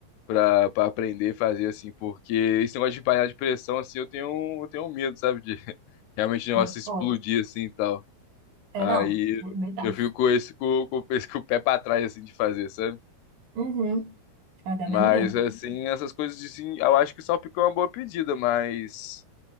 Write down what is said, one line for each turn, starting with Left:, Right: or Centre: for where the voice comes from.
Left: pra, pra aprender e fazer, assim, porque esse negócio de panela de pressão, assim, eu tenho, um- eu tenho um medo, sabe, de <laughs> realmente o negócio
Right: É,
Left: explodir,
Right: foda.
Left: assim, e tal.
Right: É,
Left: Aí
Right: não. Me dá.
Left: eu fico com esse, com, com, <laughs> esse- com o pé pra trás, assim, de fazer, sabe?
Right: Uhum. Ah, dá
Left: Mas,
Right: menos mesmo.
Left: assim, essas coisas, de, assim, eu acho que o salpicão é uma boa pedida, mas...